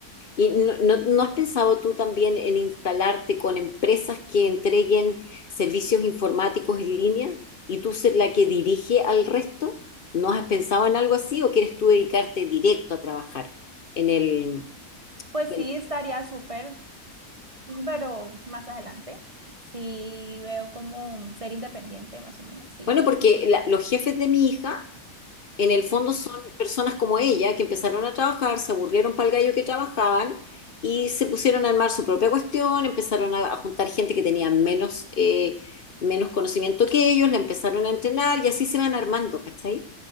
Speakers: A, on the left (about 50°); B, on the right (about 40°).
A: ¿Y no, no- no has pensado tú también en instalarte con empresas que entreguen servicios informáticos en línea y tú ser la que dirige al resto? ¿No has pensado en algo así o quieres tú dedicarte directo a trabajar en el...
B: Pues
A: en-
B: sí, estaría súper, pero más adelante. Sí, veo como ser independiente, más o menos, sí.
A: Bueno, porque la- los jefes de mi hija en el fondo son personas como ella que empezaron a trabajar, se aburrieron para el gallo que trabajaban y se pusieron a armar su propia cuestión, empezaron a, a juntar gente que tenía menos, eh, menos conocimiento que ellos, la empezaron a entrenar y así se van armando, ¿cachai?